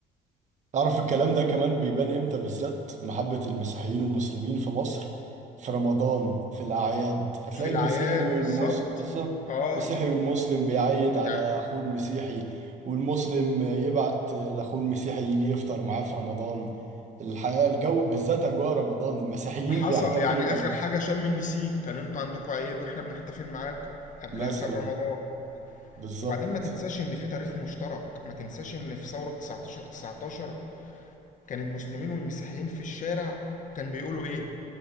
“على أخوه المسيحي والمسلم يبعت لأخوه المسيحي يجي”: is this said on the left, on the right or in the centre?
Right